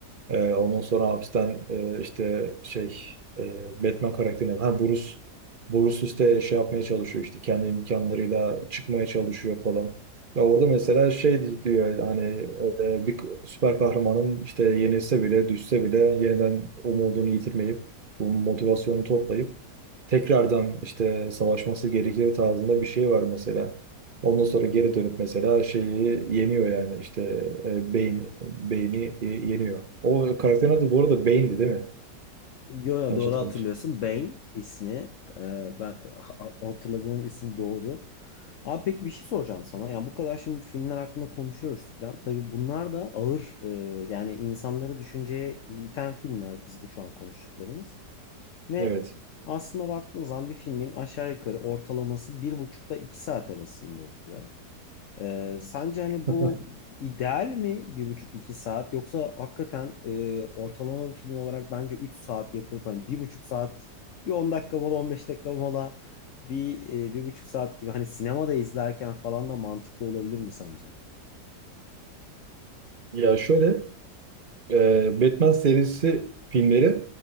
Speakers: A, on the right (about 40°); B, on the left (about 55°).
A: Ee, ondan sonra hapisten e, işte şey e, Batman karakterinden ha Bruce Bruce işte şey yapmaya çalışıyor işte kendi imkanlarıyla çıkmaya çalışıyor falan. Ya orada mesela şey diyor hani e, bir süper kahramanın işte yenilse bile düşse bile yeniden umudunu yitirmeyip bu motivasyonu toplayıp tekrardan işte savaşması gerekir tarzında bir şey var mesela. Ondan sonra geri dönüp mesela şeyi yeniyor yani işte e, beyin beyni e, yeniyor. O karakterin adı bu arada Bane'di değil mi?
B: Yo yo,
A: Yanlış
B: doğru
A: hatırlamıyorsam.
B: hatırlıyorsun. Bane ismi. Ee, ben ha- hatırladığın isim doğru. Abi peki bir şey soracağım sana. Yani bu kadar şimdi filmler hakkında konuşuyoruz falan. Tabii bunlar da ağır e, yani insanları düşünceye iten filmler biz bu şu an konuştuklarımız. Ve
A: Evet.
B: aslında baktığın zaman bir filmin aşağı yukarı ortalaması bir buçukta iki saat arasında oluyor. Ee, sence hani
A: <laughs>
B: bu ideal mi bir buçuk iki saat yoksa hakikaten e, ortalama bir film olarak bence üç saat yapılıp hani bir buçuk saat bir on dakika mola on beş dakika mola bir e, bir buçuk saat gibi hani sinemada izlerken falan da mantıklı olabilir mi sence?
A: Ya şöyle e, Batman serisi filmleri